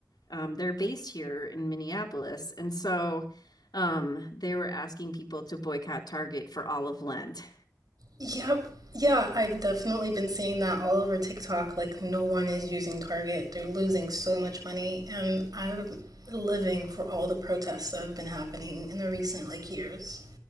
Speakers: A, on the left; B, on the right.
A: um, they're based here in Minneapolis. And so um, they were asking people to boycott Target for all of Lent.
B: Yep. Yeah, I've definitely been seeing that all over TikTok. Like, no one is using Target. They're losing so much money. And I'm living for all the protests that have been happening in the recent, like, years.